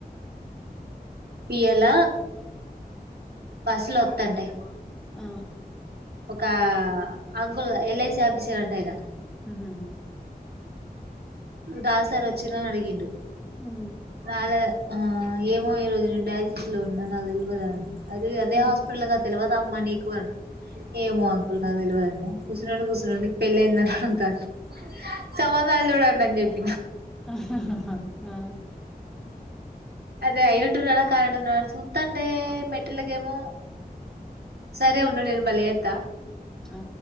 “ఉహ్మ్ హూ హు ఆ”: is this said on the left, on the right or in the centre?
Centre